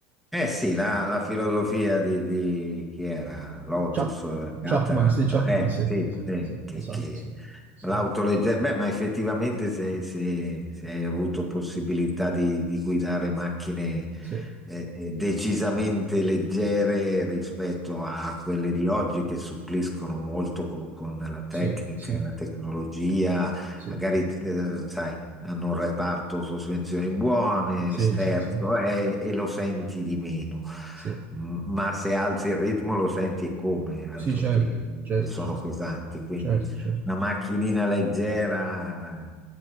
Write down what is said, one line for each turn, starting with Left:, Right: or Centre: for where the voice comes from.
Centre: Eh
Right: Eh,
Centre: sì, la, la filosofia di, di- chi era? Lotus,
Right: Chap-
Centre: eh, Caterham,
Right: Chapman, sì, Chapman,
Centre: cioè, eh,
Right: sì,
Centre: sì,
Right: sì,
Centre: sì,
Right: sì,
Centre: che,
Right: esatto,
Centre: che
Right: sì, sì,
Centre: l'autoleggera, beh, ma effettivamente se, se- se hai avuto possibilità di, di guidare macchine
Right: sì,
Centre: eh, eh, decisamente leggere rispetto a quelle di oggi che suppliscono molto co- con, la tecnica
Right: sì, sì,
Centre: e la tecnologia,
Right: sì,
Centre: magari, eh, sai hanno un reparto sospensioni buone,
Right: sì,
Centre: sterzo,
Right: sì, sì, sì,
Centre: eh, e lo senti di meno.
Right: sì,
Centre: M- Ma se alzi il ritmo lo senti e come, altro
Right: sì, certo,
Centre: che,
Right: certo,
Centre: che sono
Right: certo,
Centre: pesanti. Quindi
Right: certo, certo.
Centre: una macchinina leggera,